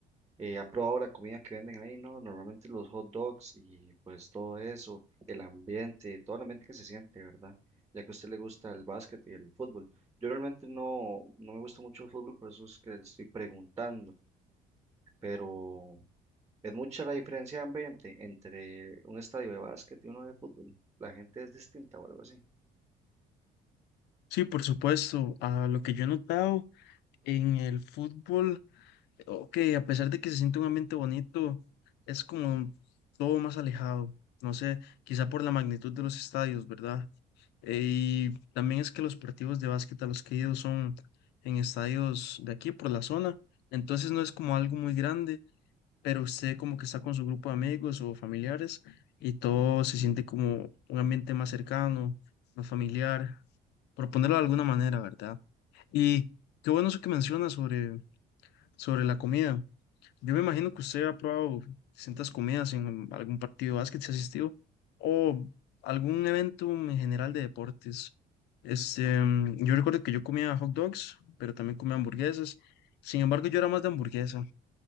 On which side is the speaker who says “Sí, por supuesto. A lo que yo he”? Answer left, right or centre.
Left